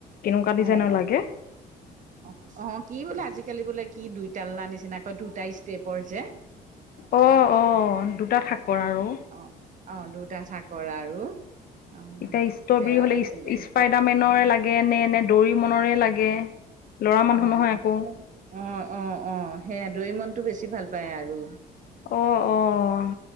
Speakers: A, on the left; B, on the right.
A: কেনেকুৱা ডিজাইনৰ
B: অ',
A: লাগে।
B: অ', অ', কি বোলে আজিকালি বোলে কি দুইটালা নিচিনাকৈ দুটা ষ্টেপৰ যে।
A: অ', অ', দুটা থঠাকৰ আৰু।
B: অ', অ', দুটা চাকৰ আৰু। অ',
A: এতিয়া ষ্ট্ৰবেৰী
B: তে
A: হলে
B: তেনেকে
A: স্পাইডাৰ মে ৰে লাগে নে নে দৌৰি মনৰে লাগে, লৰা মানুহ
B: অ',
A: নহয় আকৌ।
B: অ', অ', অ', সেইয়া দৰি মনতটো বেছি ভাল পায় আৰু।
A: অ', অ',